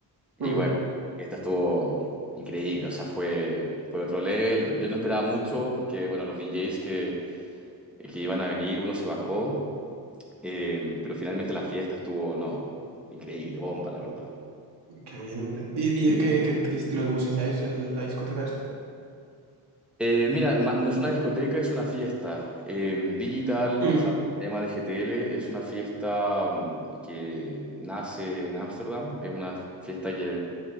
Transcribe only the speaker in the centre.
Y
bueno, la fiesta estuvo increíble, o sea, fue, fue otro level. Yo no esperaba mucho porque, bueno, los DJs que, que iban a venir, uno se bajó, eh, pero finalmente la fiesta estuvo, no, increíble, bomba, la verdad.
Eh, mira, ma- no es una discoteca, es una fiesta em, digital,
o sea, se llama DGTL, es una fiesta mm, que nace en Ámsterdam, es una fiesta que